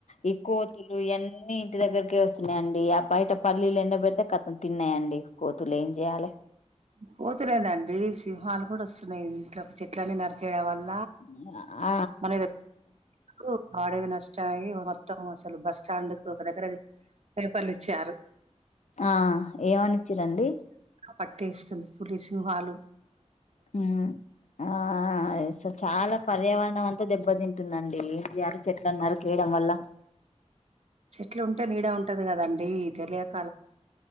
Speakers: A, on the left; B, on the right.
A: ఈ కోతులు ఇయన్ని ఇంటి దగ్గరకి వస్తే న్నాండి ఆ బయట పల్లీలెండబెడితే కతం తిన్నాయండి కోతులు ఏం చేయాలి?
B: కోతులేనండి సింహాలు కూడా వస్తున్నాయి ఇంట్లో క్ చెట్లన్నీ నరికేయేడం వళ్ళ
A: గా
B: మనఏ కు మడవినే వచ్చాయి వత్తం అసలు బస్ స్టాండ్ కు ఒక దగ్గరది పేపర్లిచ్చారు.
A: ఆ ఏమనిచ్చిరండి?
B: పట్టే ఇస్తుంది పులి సింహాలూ
A: ఉమ్ ఆస చాలా పర్యావరణం అంతా దెబ్బతింటుందండి. ఏం చేయాలి చెట్లను నరికేయడం వల్ల
B: చెట్లు ఉంటే నీడా ఉంటది కదండి తెలియద్